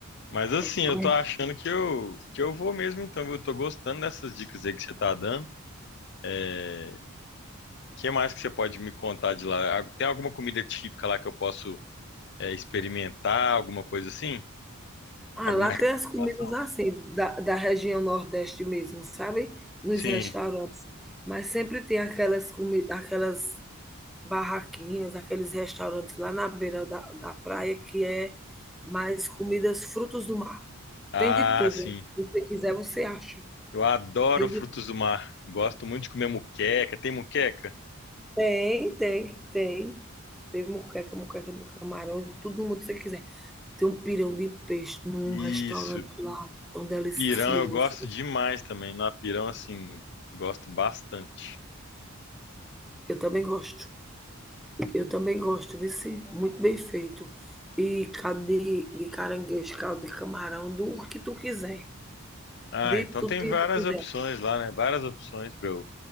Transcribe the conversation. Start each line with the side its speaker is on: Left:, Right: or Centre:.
Left: Mas assim,
Centre: É tão
Left: eu tô achando que eu, que eu vou mesmo então, viu? Eu tô gostando dessas dicas aí que você tá dando. É, o que mais que você pode me contar de lá? Ah, Tem alguma comida típica lá que eu posso é, experimentar, alguma coisa assim?
Centre: Ah,
Left: Alguma
Centre: lá tem as comidas
Left: recomendação?
Centre: assim, da da região nordeste mesmo, sabe, nos
Left: Sim.
Centre: restaurantes, mas sempre tem aquelas comi aquelas barraquinhas, aqueles restaurantes lá na beira da da praia que é mais comidas frutos do mar.
Left: Ah,
Centre: Tem de tudo,
Left: sim.
Centre: se você quiser você acha,
Left: Eu adoro
Centre: tem
Left: frutos
Centre: de tu
Left: do mar. Gosto muito de comer muqueca. Tem muqueca?
Centre: tem, tem, tem. Tem moqueca, moqueca de camarão, tudo mundo que você quiser. Tem um pirão de peixe num
Left: Isso.
Centre: restaurante lá, tão delicioso,
Left: Pirão eu gosto demais também. Na pirão, assim, gosto bastante.
Centre: eu também gosto. Eu também gosto, viu? sim? Muito bem feito. E caldo de, de caranguejo, caldo de camarão, do que tu quiser,
Left: Ah,
Centre: de
Left: então
Centre: tudo
Left: tem
Centre: que
Left: várias
Centre: tu quiser.
Left: opções lá, né? Várias opções pra eu,